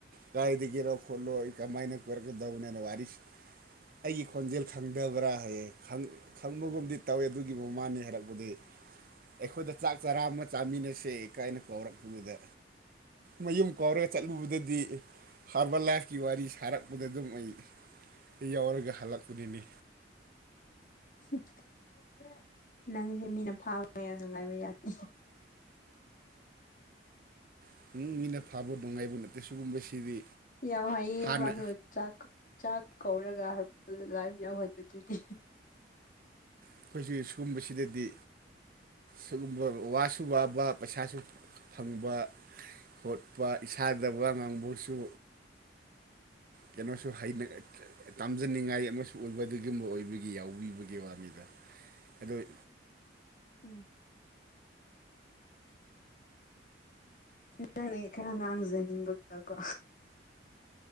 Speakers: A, on the right; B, on the left.
A: ꯀꯏꯗꯒꯤꯔꯣ ꯈꯣꯂꯣ ꯀꯃꯥꯏꯅ ꯀꯣꯢꯔꯛꯀꯗꯧꯕꯅꯣ ꯍꯥꯢꯅ ꯋꯥꯔꯤ ꯑꯩꯒꯤ ꯈꯣꯟꯖꯦꯜ ꯈꯪꯗꯕ꯭ꯔꯥ ꯍꯥꯏꯌꯦ ꯈꯪ ꯈꯪꯕꯒꯨꯝꯗꯤ ꯇꯧꯋꯦ ꯑꯗꯨꯒꯤ ꯃꯃꯥꯅꯦ ꯍꯥꯏꯔꯛꯄꯗꯩ ꯑꯩꯈꯣꯏꯗ ꯆꯥꯛ ꯆꯔꯥ ꯑꯃ ꯆꯥꯃꯤꯟꯅꯁꯦ ꯀꯥꯏꯅ ꯀꯧꯔꯛꯄꯗꯨꯗ ꯃꯌꯨꯝ ꯀꯧꯔꯒ ꯆꯠꯂꯨꯕꯗꯗꯤ ꯍꯥꯔꯕꯜ ꯂꯥꯏꯐꯀꯤ ꯋꯥꯔꯤ ꯁꯥꯔꯛꯄꯗ ꯑꯗꯨꯝ ꯑꯩ ꯌꯥꯎꯔꯒ ꯍꯜꯂꯛꯄꯅꯤꯅꯦ
B: <unintelligible> ꯅꯪꯁꯦ ꯃꯤꯅ ꯐꯥꯕ ꯌꯥꯝ ꯅꯨꯡꯉꯥꯏꯕ ꯌꯥꯠꯅꯤ
A: <unintelligible> ꯃꯤꯅ ꯐꯥꯕ ꯅꯨꯡꯉꯥꯏꯕ ꯅꯠꯇꯦ ꯁꯤꯒꯨꯝꯕꯁꯤꯗꯤ
B: ꯌꯥꯝ ꯍꯩꯌꯦꯕ
A: ꯍꯥꯟꯅ
B: ꯑꯗꯨꯒ ꯆꯥꯛ ꯆꯥꯛ ꯀꯧꯔꯒ ꯍꯜꯕꯦꯜ ꯂꯥꯏꯕ ꯌꯥꯎꯍꯟꯕꯗꯨꯗꯤ
A: ꯑꯩꯈꯣꯏꯁꯤ ꯁꯨꯒꯨꯝꯕꯁꯤꯗꯗꯤ ꯁꯨꯒꯨꯝꯕ ꯋꯥꯁꯨ ꯋꯥꯕ ꯄꯩꯁꯥꯁꯨ ꯐꯪꯕ ꯍꯣꯠꯄ ꯏꯁꯥꯗ ꯋꯥ ꯉꯥꯡꯕꯕꯨꯁꯨ ꯀꯩꯅꯣꯁꯨ ꯍꯩꯅ ꯇꯝꯖꯅꯤꯡꯉꯥꯏ ꯑꯃꯁꯨ ꯑꯣꯏꯕ ꯑꯗꯨꯒꯨꯝꯕ ꯑꯣꯏꯕꯒꯤ ꯌꯥꯎꯕꯤꯕꯒꯤ ꯋꯥꯅꯤꯗ ꯑꯗꯣ
B: ꯎꯝ ꯅꯪꯅ ꯈꯔ ꯉꯥꯡꯖꯅꯤꯡꯕꯒꯀꯣ